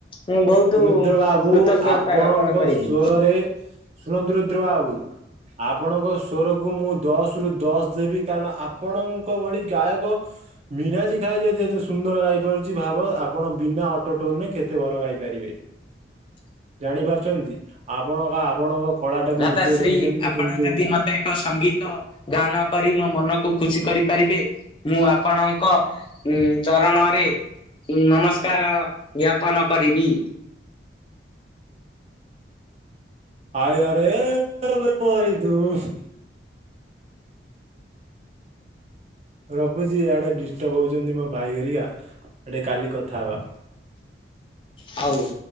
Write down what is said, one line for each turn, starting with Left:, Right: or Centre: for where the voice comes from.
Left: ମୁଁ ବହୁତ
Right: ରୁଦ୍ର ବାବୁ
Left: କୃତଜ୍ଞତା
Right: ଆପଣଙ୍କ
Left: ଜ୍ଞାପନ କରିବି।
Right: ସ୍ୱରରେ ଶୁଣନ୍ତୁ ରୁଦ୍ର ବାବୁ ଆପଣଙ୍କ ସ୍ବରକୁ ମୁଁ ଦଶ ରୁ ଦଶ ଦେବି। କାରଣ ଆପଣଙ୍କ ଭଳି ଗାୟକ ମୀରାଜୀ ଖାଇ ଯଦି ଏତେ ସୁନ୍ଦର ଗାଇପାରୁଚି ଭାବ ଆପଣ ବିନା ଅଟୋଟୋନ୍ ରେ କେତେ ଭଲ ଗାଇପାରିବେ।
Left: <inaudible>
Right: ଜାଣି ପାରୁଚନ୍ତି, ଆପଣଙ୍କ ଆପଣଙ୍କ କଳା ଟାକୁ
Left: ଭ୍ରାତାଶ୍ରୀ
Right: ଲୁଚେଇ ରଖିଛନ୍ତି,
Left: ଆପଣ
Right: କିନ୍ତୁ
Left: ଯଦି ମତେ ଏକ ସଙ୍ଗୀତ ଗାନ କରି ମୋ ମନକୁ ଖୁସି କରିପାରିବେ। ମୁଁ ଆପଣଙ୍କ ଉଁ ଚରଣରେ ନମସ୍କାର ଜ୍ଞାପନ କରିବି।
Right: ଆଇଲାରେ ଏବେ ମଣି ଧୁସ୍। ରଖୁଛି ଇଆଡେ ଡିଷ୍ଟର୍ବ ହଉଛନ୍ତି ମୋ ଭାଇ ଘରିକା ଟେ କାଲି କଥା ହବା।
Left: ହଉ